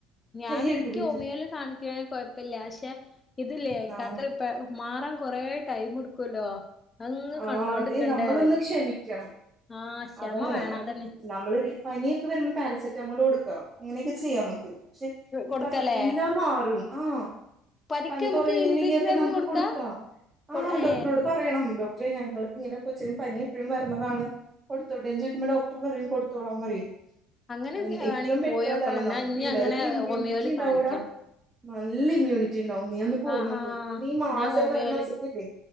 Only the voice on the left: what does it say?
ഞാൻ
എനിക്ക്
ഹോമിയോയില് കാണിക്കണേല് കൊഴപ്പില്ല പക്ഷെ ഇതില്ലേ ഇക്കാ‌ക്കിപ്പ
മാറാൻ കൊറേ ടൈം എടുക്കൂല്ലോ അങ്ങ്
കണ്ടോണ്ടിക്കണ്ടേറയും
ആഹ് ക്ഷമ
വേണം അതന്നെ
കൊടുക്കലേ
പനിക്ക്
നമുക്ക്
ഇംഗ്ലീഷ്
മരുന്ന്
കൊടുക്കാ
കൊ
ഏ
അങ്ങനെയൊക്കെ
വേണെങ്കി
പോയോക്കണം
എന്നാ
ഇനി
അങ്ങനെ
ഹോമിയോല്
കാണിക്കണം
ആഹ്
ആഹ്
ഞാൻ ഹോമിയോല്